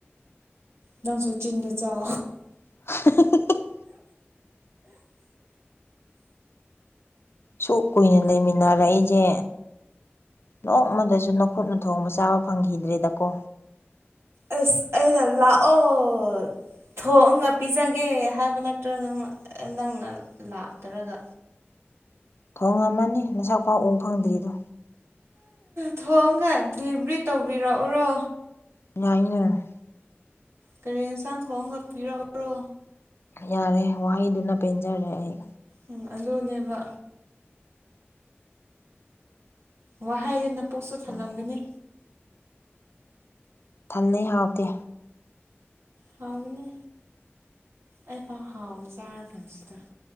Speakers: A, on the right; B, on the left.
A: ꯅꯪꯁꯨ ꯆꯤꯟꯗ ꯆꯥꯎ
B: <inaudible> ꯁꯨꯛ ꯀꯨꯏꯅ ꯂꯩꯃꯤꯟꯅꯔꯛꯏꯁꯦ ꯅꯣꯡꯃꯗꯁꯨ ꯅꯈꯨꯠꯅ ꯊꯣꯡꯕ ꯆꯥꯕ ꯐꯪꯈꯤꯗ꯭ꯔꯦꯗꯀꯣ
A: ꯑꯦꯁ ꯑꯩ ꯅ ꯂꯥꯛ ꯑꯣ ꯊꯣꯛꯑꯒ ꯄꯤꯖꯒꯦ ꯍꯥꯏꯕ ꯅꯠꯇ꯭ꯔ ꯅꯪ ꯅꯪꯅ ꯂꯥꯛꯇꯔꯒ
B: ꯊꯣꯡꯉꯝꯃꯅꯤ ꯅꯁꯛ ꯄꯥꯎ ꯎ ꯐꯪꯗ꯭ꯔꯤꯗꯣ
A: ꯊꯣꯛꯑꯒ ꯗꯤꯂꯤꯚ꯭ꯔꯤ ꯇꯧꯕꯤꯔꯛꯎꯔꯣ
B: ꯌꯥꯏꯅꯦ
A: ꯀꯔꯤ ꯌꯦꯟꯁꯥꯡ ꯊꯣꯡꯑꯒ ꯄꯤꯔꯛꯎꯔꯣ
B: ꯌꯥꯔꯦ ꯋꯥꯍꯩꯗꯨꯅ ꯄꯦꯟꯖꯔꯦ ꯑꯩ
A: ꯎꯝ ꯑꯗꯨꯅꯦꯕ ꯋꯥꯍꯩꯗꯨ ꯅ ꯄꯨꯛꯁꯨ ꯊꯜꯂꯝꯒꯅꯤ
B: ꯅꯪꯗꯤ ꯊꯟꯅꯩ ꯍꯥꯎꯇꯦ
A: ꯍꯥꯎꯕꯅꯦ ꯑꯩꯐꯥꯎ ꯍꯥꯎꯕꯅ ꯆꯥꯔꯀꯥꯟꯁꯤꯗ